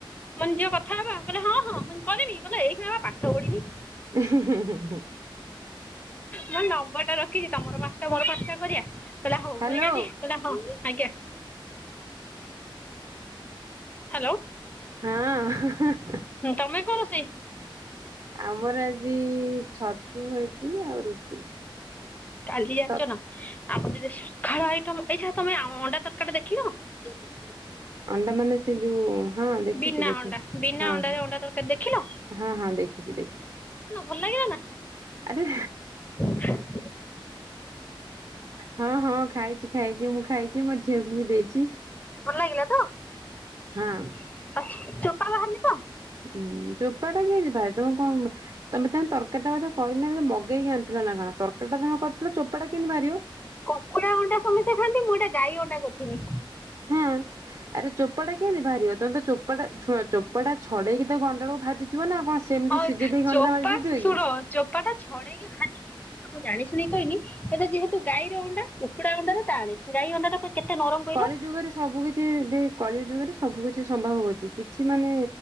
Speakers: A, on the left; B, on the right.
A: ମୁଁ କହିଲି ଝିଅ କଥା ହବା କହିଲା ହଁ ହଁ। ମୁଁ କରିମି କହିଲା ଏଇଖିଣା ପା ପାଠ ପଢିବି।
B: ଉହୁଁ ଉହୁଁ ହୁଁ ହୁଁ। <unintelligible>
A: ମୋ ନମ୍ବରଟା ରଖିକି ତମର ପାଞ୍ଚଟା ମୋର ପାଞ୍ଚଟା କରିବା କହିଲା ହୋଉ
B: ହ୍ୟାଲୋ
A: ମୁଁଇଁ କଲିି। କହିଲା ହଁ ଆଜ୍ଞା। ହାଲୋ।
B: ହଁ। <unintelligible>
A: ହୁଁ ତମେ କଣ ରୋଷେଇ?
B: ଆମର ଆଜି ଛତୁ ହେଇଚି ଆଉ ରୁଟି।
A: କାଲି ଜାଣିଚ
B: ଛତ୍
A: ନା। ଆମର ଯଦି ସକାଳ ଆଇଟମ୍ ଏଇ ଛ ତମେ ଆ ଅଣ୍ଡା ତରକାରୀ ଟା ଦେଖିନ।
B: ଅଣ୍ଡା ମାନେ ସେ ଯୋଉ ହଁ ଦେଖିଚି
A: ବିନା
B: ଅଛି
A: ଅଣ୍ଡା ବିନା
B: ହଁ।
A: ଅଣ୍ଡା
B: ହଁ
A: ତରକାରୀ ଦେଖିନ?
B: ହଁ ହଁ ଦେଖିଚି ଦେଖିଚି।
A: ଭଲ ଲାଗିଲା ନା?
B: ଆରେ
A: ହା
B: ହଁ ହଁ ଖାଇଚି ଖାଇଚି ମୁଁ ଖାଇଚି ମୋ ଝିଅକୁ ବି ଦେଇଚି।
A: ଭଲ ଲାଗିଲା ତ
B: ହଁ
A: ଚୋପା ବାହାରିନି ତ?
B: ହୁଁ ଚୋପା ଟା କେମତି ବାହା ତମେ କଣ ତମେ ତ ତରକାରୀ ଟା ବୋଧେ କରିନା ମଗେଇକି ଆଣିଥିଲ ନା କଣ ତର ସେଇଟା ତମେ କରିଥିଲ ଚୋପା ଟା କେମିତି ବାହାରିବ।
A: କୁକୁଡା ଅଣ୍ଡା ସମସ୍ତେ ଖାଆନ୍ତି ମୁଁ ଏଟା ଗାଈ ଅଣ୍ଡା କରିଥିନି।
B: ହଁ ଆରେ ଚୋପାଟା କେମିତି ବାହାରିବ ତମେ ତ ଚୋପାଟା ଶୁଣ ଚୋପାଟା ଛଡେଇକି ଗଣ୍ଡାଳୁ କୁ ଭାଜି ଥିବ ନା କଣ ସେମିତି
A: ହଁ
B: ସିଝେଇ ଦେଇ ଗଣ୍ଡା
A: ଚୋପା
B: ଭାଜି ଦେଇଥିବ
A: ଶୁଣ
B: କି?
A: ଚୋପା ଟା ଛଡେଇକି ଭାଜି ଥିଲି ମୁଁ ଜାଣିଶୁଣିି କହିନି ଏବେ ଯେହେତୁ ଗାଈର ଅଣ୍ଡା କୁକୁଡା ଅଣ୍ଡା ଟା ଟାଣେ ଗାଈ ଅଣ୍ଡା ଟା ପୁରା କେତେ ନରମ କହିଲ?
B: କଳି ଯୁଗରେ ସବୁ କିଛି ବି କଳି ଯୁଗରେ ସବୁ କିଛି ସମ୍ଭବ ହଉଚି କି ଛି ମାନେ